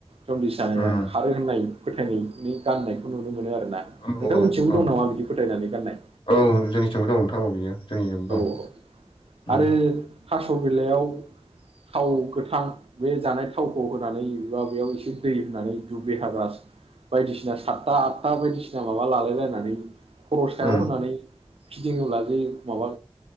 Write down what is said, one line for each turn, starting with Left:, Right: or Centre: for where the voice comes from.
Right: जन्दिस जानाया
Left: उम
Right: खारो होननाय। फोथायनायनि गाननायखौ नुनो मोनो आरो। ना
Left: उम
Right: नोंथांमोन
Left: औ औ
Right: मोनथिंबो
Left: औ
Right: दं नामा बिदि फोथायनानै गाननाय?
Left: औ जोंनिथिंबो दं औ बियो जोंनिजोंबो दं
Right: औ औ आरो
Left: उम
Right: थास' बिलाइयाव थाव गोथां बे जानाय थावखौ होनानै बा बेयाव एसे दै होनानै दुुब्रि हाग्रा बायदिसिना सातथा आदथा बायदिसिना माबा लालायलायनानै खर' सायाव
Left: उम
Right: होनानै फिदिङोब्ला जे माबा